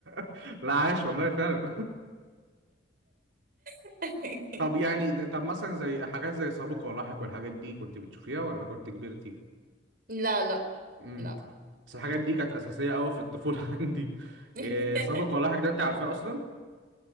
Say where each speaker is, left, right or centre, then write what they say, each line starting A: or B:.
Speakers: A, on the right; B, on the right.
A: <laughs> لا عايش والله فعلا
B: <laughs>
A: طب يعني ده- طب مثلا زي حاجات زي سابق ولاحق والحاجات دي كنت بتشوفيها ولا كنت كبرتي؟
B: لا لا
A: امم
B: لا
A: بس الحاجات دي كانت أساسية أوي في الطفولة <laughs> عندي
B: <laughs>
A: إيه سابق ولاحق ده أنت عارفاه أصلا؟